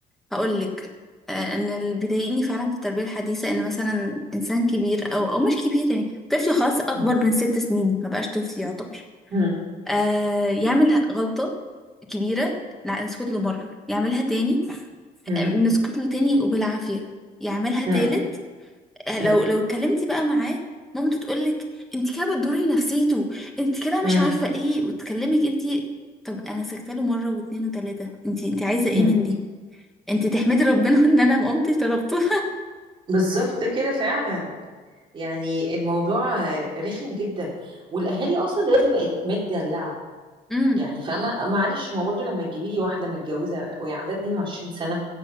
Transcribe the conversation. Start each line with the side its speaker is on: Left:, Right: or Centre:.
Centre: هقولك آه ان اللي بيضايقني فعلا في التربية الحديثة ان مثلا انسان كبير او او مش كبير يعني طفل خاص اكبر
Right: م-
Centre: من ست سنين ما بقاش طفل يعتبر
Right: م-
Centre: آه يعمل غلطة كبيرة لا نسكت له مرة يعملها تاني
Right: م-
Centre: آه، نسكت له تاني وبالعافية يعملها
Right: م-
Centre: تالت آه، لو
Right: م-
Centre: لو اتكلمتي بقى معاه مامته تقولك انت كده بتضري نفسيته انت كده
Right: م-
Centre: مش عارفه ايه وتكلمك انت طب انا سكت له مره واتنين وتلاته انت انت عايزه ايه
Right: م.
Centre: مني انت تحمدي ربنا <laughs> ان انا ما قمتش ضربته
Right: بالظبط كده فعلا يعني الموضوع رخم جدا والاهالي اصلا دلوقتي بقت متدلعه
Centre: امم
Right: يعني فاهمه معلش ما برضه لما تجيبي لي واحده متجوزه وهي عندها 22 سنه